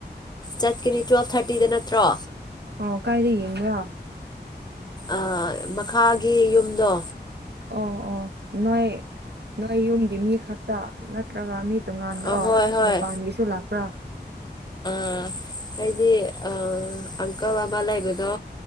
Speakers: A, on the left; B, on the right.
A: ꯆꯠꯀꯅꯤ ꯇꯨꯋꯦꯜꯐ ꯊꯥꯔꯇꯤꯗ ꯅꯠꯇ꯭ꯔꯣ
B: ꯑꯣ ꯀꯥꯏꯗ ꯌꯦꯡꯕ꯭ꯔꯣ
A: ꯑ ꯃꯈꯥꯒꯤ ꯌꯨꯝꯗꯣ
B: ꯑꯣ ꯑꯣ ꯅꯣꯏ ꯅꯣꯏ ꯌꯨꯝꯗꯤ ꯃꯤ ꯈꯛꯇ ꯅꯠꯇ꯭ꯔꯒ ꯃꯤ ꯇꯣꯉꯥꯟ
A: ꯑꯍꯣꯏ
B: ꯑ
A: ꯍꯣꯏ
B: ꯃꯄꯥꯟꯒꯤꯁꯨ ꯂꯥꯛꯄ꯭ꯔꯥ
A: ꯑ ꯍꯥꯏꯗꯤ ꯑ ꯑꯪꯀꯜ ꯑꯃꯃꯥ ꯂꯩꯕꯗꯣ